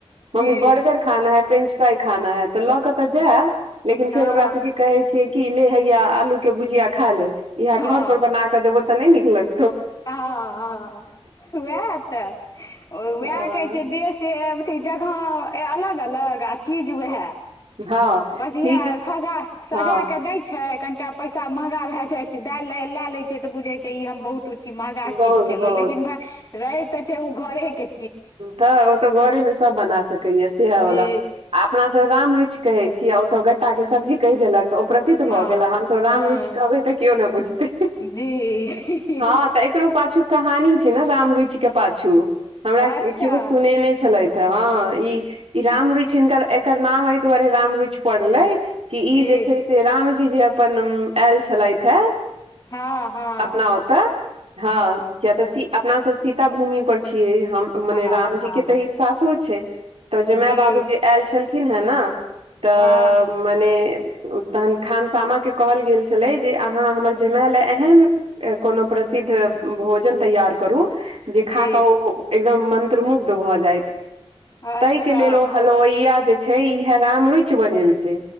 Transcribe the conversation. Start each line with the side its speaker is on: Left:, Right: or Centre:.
Right: मम्मी
Left: जी
Right: बर्गर खाना है फ्रेन्च फ्राइ खाना है तऽ लऽ क तऽ जाएब लेकिन
Left: हँ
Right: फेर ओकरा से कि कहै छियै की ले हैया आलू के भुजिया खा ले इहेए
Left: हँ
Right: घर पर बना क देबौ तऽ नै नीक लग
Left: हँ हॅं वेएह तऽ वेएह
Right: हँ
Left: कहै छै देश से अब अथि जगह अलग -अलग आ चीज वेहेए
Right: हँ।
Left: बढ़ियां
Right: चीज
Left: अइ सजा - सजा
Right: हँ
Left: कऽ दै छै। कनिटा पैसा महगा भेए जाय छै देए लै लेए लै छै त बुझै छै ई हम बहुत कि महगा
Right: बहुत
Left: चीज खेलौं
Right: बहुत
Left: लेकिन भाय रहै त छै ओ घरे के
Right: तऽ ओ तऽ घरे मे सब बना सकैये सेहेए बला
Left: जी
Right: आ अपना स रामरुइच कहै छी आ ओ सब गट्टा के सब्जी कहि देलक। तऽ ओ प्रसिद्ध भऽ
Left: हँ
Right: गेल आ हमसब रामरुइच
Left: हँ
Right: कहबै तऽ कियो न बुझतैह।
Left: जी
Right: हॅं तऽ एकरो पाछू कहानी छै ने रामरूइच के पाछू हमरा
Left: अच्छा
Right: कियो सुनेने छलथि। तऽ हँ ई ई रामरुइच हिनकर एकर नाम अइ दुवारे रामरुइच पड़लै कि
Left: जी
Right: ई जे छै से रामजी जे अपन आयल छलथि हें
Left: हँ हँ
Right: अपना ओतऽ हँ किया तऽ सी अपना सब सीता भूमि पर छियै हम मने
Left: हँ
Right: रामजी
Left: हँ
Right: के तऽ ई सासुर छै। तऽ जमाए
Left: जी
Right: बाबू जे आएल छलखिन हे नऽ तऽ
Left: हँ
Right: मने तहन खानसामा के कहल गेल छलै जे अहाँ हमर जमाए ले एहन कोनो प्रसिद्ध भोजन तैयार करू जे खा
Left: जी
Right: कऽ ओ एकदम मंत्रमुग्ध भऽ जाइथ
Left: अच्छा
Right: तै क लेल ओ हलवैया जे छै इहेए रामरुइच बनेलकै